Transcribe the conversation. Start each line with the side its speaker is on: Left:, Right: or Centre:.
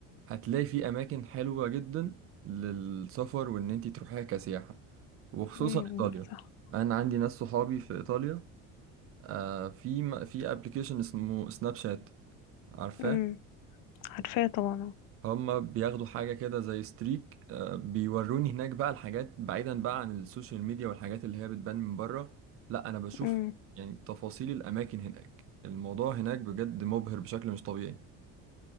Right: هتلاقي فيه أماكن حلوة جدا للسفر وإن أنتي تروحيها كسياحة وخصوصا
Left: امم
Right: إيطاليا
Left: صح
Right: أنا عندي ناس صحابي في إيطاليا آه في م- في ابلكيشن اسمه سناب شات عارفاه
Left: امم عارفاه طبعا
Right: هما بياخدوا حاجة كده زي ستريك آه بيوروني هناك بقى الحاجات بعيدا بقى عن السوشيال ميديا والحاجات اللي هي بتبان من بره لا انا بشوف
Left: امم
Right: يعني تفاصيل الاماكن هناك الموضوع هناك بجد مبهر بشكل مش طبيعي